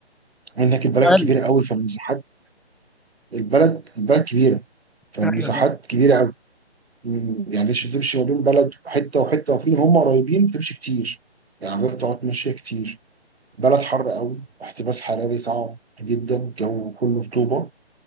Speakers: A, on the right; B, in the centre.
A: هناك البلد
B: سؤال
A: كبيرة قوي فالمساحات البلد البلد كبيرة فالمساحات
B: ايوه فاهم
A: كبيرة قوي مم، يعني مش تمشي ما بين بلد حتة وحتة وفي هم قريبين تمشي كتير يعني بتقعد ماشية كتير بلد حر قوي احتباس حراري صعب جدا جو كله رطوبة